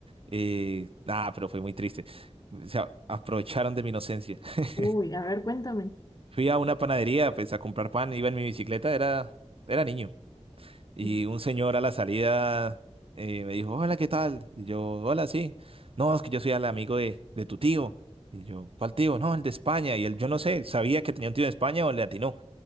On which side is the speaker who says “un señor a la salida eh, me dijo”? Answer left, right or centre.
Right